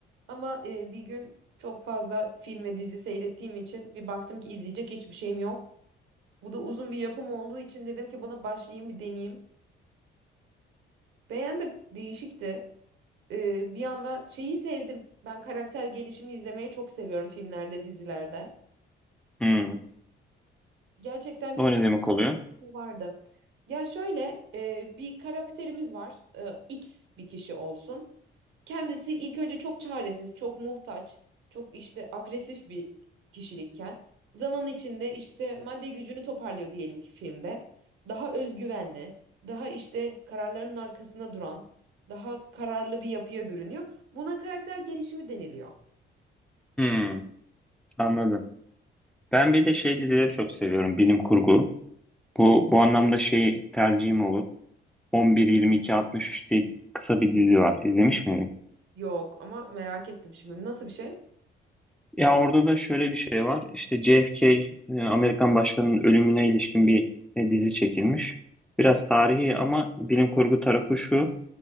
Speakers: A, on the right (about 75°); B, in the centre.
A: Ama e, bir gün çok fazla film ve dizi seyrettiğim için bir baktım ki izleyecek hiçbir şeyim yok. Bu da uzun bir yapım olduğu için dedim ki buna başlayayım bir deneyeyim. Beğendim, değişikti. Ee, bir anda şeyi sevdim. Ben karakter gelişimi izlemeyi çok seviyorum filmlerde, dizilerde.
B: Hmm.
A: Gerçekten
B: O
A: bir karakter
B: ne demek oluyor?
A: gelişimi vardı. Ya şöyle e, bir karakterimiz var. E, X bir kişi olsun. Kendisi ilk önce çok çaresiz, çok muhtaç, çok işte agresif bir kişilikken zaman içinde işte maddi gücünü toparlıyor diyelim ki filmde. Daha özgüvenli, daha işte kararlarının arkasında duran, daha kararlı bir yapıya bürünüyor. Buna karakter gelişimi deniliyor.
B: Hmm. Anladım. Ben bir de şey dizileri çok seviyorum, bilim kurgu. Bu bu anlamda şey tercihim olur. 11-22-63 diye kısa bir dizi var. İzlemiş miydin?
A: Yok ama merak ettim şimdi nasıl bir şey?
B: Ya orada da şöyle bir şey var. İşte JFK, e, Amerikan başkanının ölümüne ilişkin bir e, dizi çekilmiş. Biraz tarihi ama bilim kurgu tarafı şu.